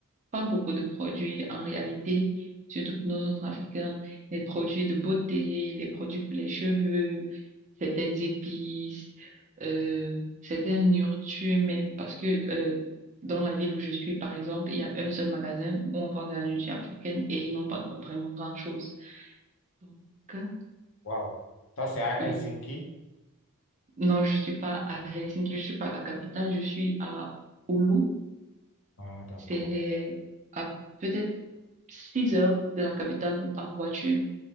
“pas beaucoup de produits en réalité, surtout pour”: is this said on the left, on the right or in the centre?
Right